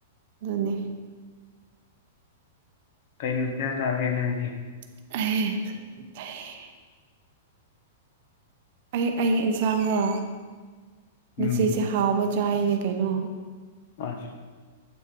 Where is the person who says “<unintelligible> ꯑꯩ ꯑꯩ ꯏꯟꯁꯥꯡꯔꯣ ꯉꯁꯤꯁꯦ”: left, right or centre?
Right